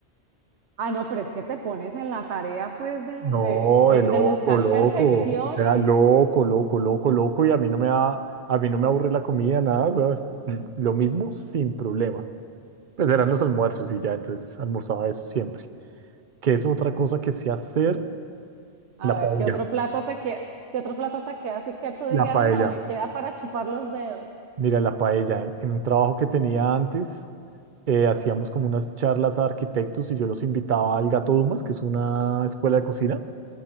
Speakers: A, on the right; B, on the right.
A: Ah, no, pero es que te pones en la tarea pues de,
B: No,
A: de, de,
B: de loco,
A: de buscar
B: loco,
A: perfecciones
B: o sea, loco, loco, loco, loco y a mí no me da, a mí no me aburre la comida, nada, ¿sabes? Mm, Lo mismo sin problema. Pues eran los almuerzos y ya, entonces almorzaba eso siempre. Que es otra cosa que sé hacer,
A: A
B: la paella.
A: ver, ¿qué otro plato te queda? ¿Qué otro plato te queda así que tú digas,
B: La paella,
A: no, me queda para chupar los dedos?
B: mira, la paella. En, en un trabajo que tenía antes, eh, hacíamos como unas charlas a arquitectos y yo los invitaba al Gato Dumas, que es una escuela de cocina,